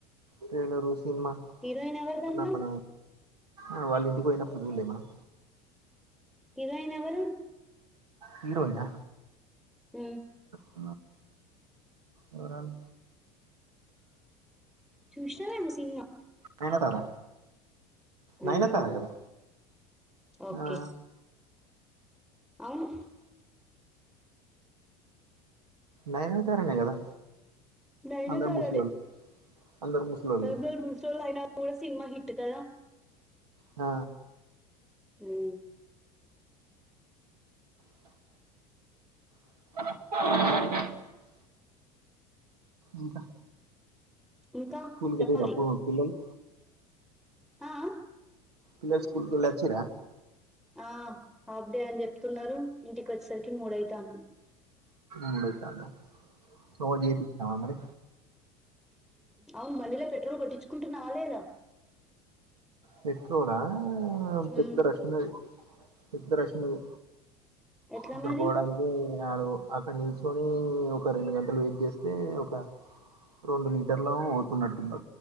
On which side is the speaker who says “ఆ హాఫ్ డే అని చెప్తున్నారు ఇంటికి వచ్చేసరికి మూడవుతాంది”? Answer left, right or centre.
Centre